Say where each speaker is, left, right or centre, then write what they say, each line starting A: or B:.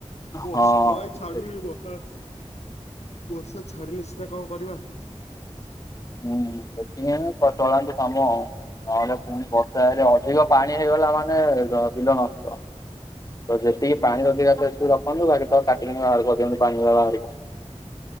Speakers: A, on the left (about 70°); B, on the left (about 30°).
A: ବର୍ଷା
B: ହଁ।
A: ତ ଭାଇ ଛାଡୁନି
B: ସେଇ
A: ବର୍ଷା ବର୍ଷା ଛାଡିଲେ ସିନା କଣ କରିବା।
B: ହୁଁ ଦେଖି ଜଳାନ୍ତୁ କାମ ଆଉ <unintelligible> ର୍ଷା ହେଲେ ଅଧିକ ପାଣି ହେଇଗଲା ମାନେ ବିଲ ନଷ୍ଟ। ତ ଯେତିକି ପାଣି ରଖିବା କଥା ତ ସେତିକି ରଖନ୍ତୁ ବାକି ତ କାଢି ବାହାର କରିଦିଅନ୍ତୁ ପାଣି ବାହାରକୁ।